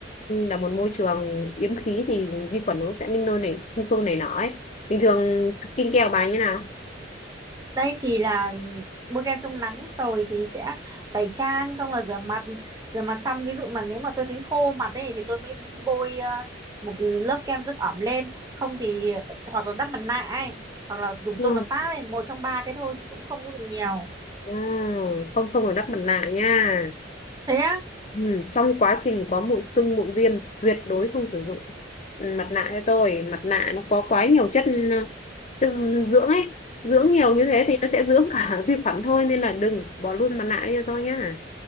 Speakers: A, on the left; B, on the right.
A: là một môi trường yếm khí thì vi khuẩn nó sẽ ninh nôi nảy sinh sôi nảy nọ ấy bình thường skin care của bà như nào
B: Đây thì là bôi kem chống nắng rồi thì sẽ tẩy trang xong là rửa mặt. Rửa mặt xong ví dụ mà nếu mà tôi thấy khô mặt ấy thì tôi mới bôi ờ, một lớp kem dưỡng ẩm lên. Không thì hoặc là đắp mặt nạ ấy hoặc là dùng
A: Ừ.
B: toner pad ấy một trong ba cái thôi chứ cũng không có dùng nhiều
A: Ừ, không không được đắp mặt nạ nha
B: thế á
A: Ừ, trong quá trình có mụn sưng mụn viêm tuyệt đối không sử dụng Ừ, mặt nạ cho tôi mặt nạ nó có quá nhiều chất ờ, chất dưỡng ấy dưỡng nhiều như thế thì nó sẽ <laughs> dưỡng cả vi khuẩn thôi nên là đừng bỏ luôn mặt nạ đi cho tôi nhá